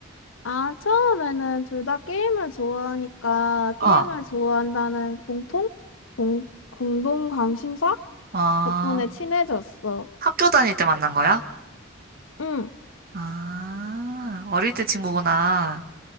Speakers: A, on the left (about 65°); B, on the right (about 45°).
A: 아, 처음에는 둘 다 게임을 좋아하니까,
B: 어,
A: 게임을 좋아한다는 공통? 공, 공동 관심사?
B: 아,
A: 덕분에 친해졌어.
B: 학교 다닐 때 만난 거야?
A: 응.
B: 아, 어릴 때 친구구나.